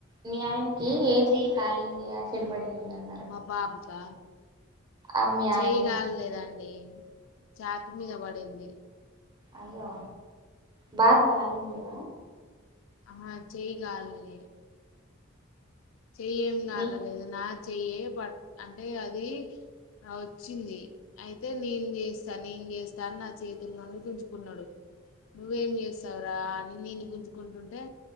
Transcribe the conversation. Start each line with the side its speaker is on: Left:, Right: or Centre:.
Right: మీయానికి ఏ చెయ్యి కాలింది యాసిడ్ పడిందం
Left: మా బాబుకా
Right: ఆ మీ
Left: చేయి
Right: ఆయనకి
Left: గలలేదండి చతి మీద పడింది
Right: అయ్యో బాగా కాలిందివ
Left: ఆహ చేయి గలీ చెయ్యం కాలలేదు
Right: మీ
Left: నాక్ చెయ్య పట్ అంటే అది వచ్చింది అయితే నేను చేస్తాను నేం చేస్తా అని నా చేతుల నుండి గుంజుకున్నాడు నువ్వేం చేస్తావరా అని నేను గుంచు కుంటుంటే